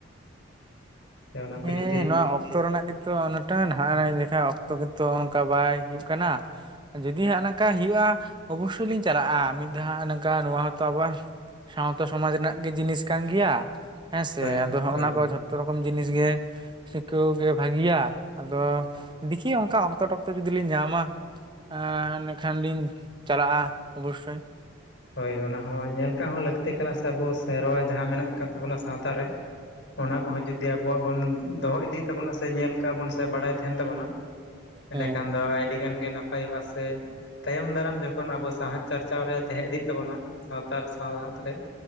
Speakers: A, on the right; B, on the left.
A: ᱾ <inaudible>
B: ᱥᱮ ᱚᱱᱟ ᱠᱚ
A: ᱦᱮᱸᱻ
B: ᱡᱩᱫᱤ
A: ᱱᱚᱣᱟ ᱚᱠᱛᱚ ᱨᱮᱱᱟᱜ ᱜᱮ ᱛᱚ <unintelligible> ᱚᱠᱛᱚ ᱜᱮᱛᱚ ᱚᱱᱠᱟ ᱵᱟᱭ ᱦᱩᱭᱩᱜ ᱠᱟᱱᱟ ᱾ ᱡᱩᱫᱤ ᱦᱟᱸᱜ ᱱᱚᱝᱠᱟ ᱦᱩᱭᱩᱜᱼᱟ ᱚᱵᱚᱥᱥᱚᱭ ᱞᱤᱧ ᱪᱟᱞᱟᱜᱼᱟ, ᱢᱤᱫ ᱫᱷᱟᱣ ᱱᱚᱝᱠᱟ ᱱᱚᱣᱟ ᱦᱚᱸᱛᱚ ᱟᱵᱚᱣᱟᱜ ᱥᱟᱶᱛᱟ ᱥᱚᱢᱟᱡᱽ ᱨᱮᱱᱟᱜ ᱜᱮ ᱡᱤᱱᱤᱥ ᱠᱟᱱ ᱜᱮᱭᱟ ᱦᱮᱸᱥᱮ
B: ᱦᱳᱭ
A: ᱟᱫᱚ ᱦᱚᱸᱜᱼᱱᱟ
B: ᱦᱳᱭ
A: ᱠᱚ ᱡᱷᱚᱛ ᱡᱷᱚᱛᱚ ᱨᱚᱠᱚᱢ ᱡᱤᱱᱤᱥ ᱜᱮ ᱥᱤᱠᱟᱹᱣ ᱜᱮ ᱵᱷᱟᱹᱜᱤᱭᱟ ᱾ ᱟᱫᱚ ᱫᱤᱠᱷᱤ ᱚᱱᱠᱟ ᱚᱠᱛᱚ ᱴᱚᱠᱛᱚ ᱡᱩᱫᱤ ᱞᱤᱧ ᱧᱟᱢᱟ ᱮᱸᱻ ᱤᱱᱟ. ᱠᱷᱟᱱ ᱞᱤᱧ ᱪᱟᱞᱟᱜᱼᱟ ᱚᱵᱚᱥᱥᱳᱭ ᱾
B: ᱦᱳᱭ ᱚᱱᱟ ᱦᱚᱸ ᱧᱮᱞ ᱠᱟᱜ ᱦᱚᱸ ᱞᱟᱹᱠᱛᱤ ᱠᱟᱱᱟ ᱥᱮ ᱟᱵᱚ ᱥᱮᱨᱣᱟ ᱡᱟᱦᱟᱸ ᱢᱮᱱᱟᱜ ᱟᱠᱟᱫ ᱛᱟᱵᱚᱱᱟ ᱥᱟᱶᱛᱟ ᱨᱮ ᱚᱱᱟ ᱠᱚᱦᱚᱸ ᱡᱩᱫᱤ ᱟᱵᱚᱣᱟᱜ ᱵᱚᱱ ᱫᱚᱦᱚ ᱤᱫᱤ ᱛᱟᱵᱚᱱᱟ ᱥᱮ ᱧᱮᱞ ᱠᱟᱜ ᱵᱚᱱ ᱥᱮ ᱵᱟᱲᱟᱭ ᱛᱟᱸᱦᱮᱱ ᱛᱟᱵᱚᱱᱟ ᱮᱸᱰᱮᱠᱷᱟᱱ
A: ᱦᱮᱸ
B: ᱫᱚ ᱟᱹᱭᱰᱤ ᱜᱟᱱ ᱜᱮ ᱱᱟᱯᱟᱭᱚᱜᱼᱟ ᱥᱮ ᱛᱟᱭᱚᱢ ᱫᱟᱨᱟᱢ ᱡᱚᱠᱷᱚᱱ ᱟᱵᱚ ᱥᱟᱶᱦᱮᱫ ᱪᱟᱨᱪᱟᱣ ᱨᱮ ᱛᱟᱦᱮᱸ ᱤᱫᱤᱜ ᱛᱟᱵᱚᱱᱟ ᱥᱟᱶᱛᱟ ᱥᱟᱶᱦᱟᱛ ᱨᱮ